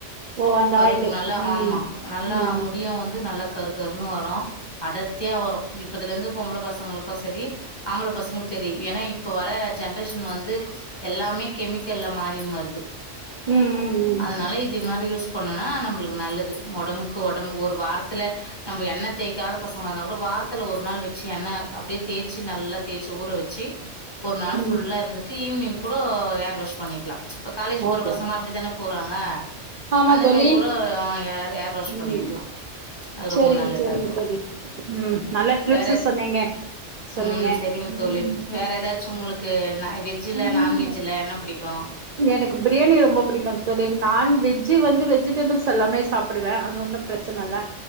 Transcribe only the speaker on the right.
ஓ அந்த
ஆயிலு
ம்
ம் ம்
ம் ம்
ம்
ம்
ஓகே
ஆமா
தோழி
ம்
சரிங்க
சரிங்க
தோழி ம் நல்ல டிப்ஸு
சொன்னீங்க சொன்னீங்க
ம்
ம்
எனக்கு பிரியாணி ரொம்ப பிடிக்கு தோழி நான் வெஜ்ஜு வந்து வெஜ்ஜு ஸ்டேபிள்ஸ் எல்லாமே சாப்புடுவே அது ஒன்னு பிரச்சன இல்ல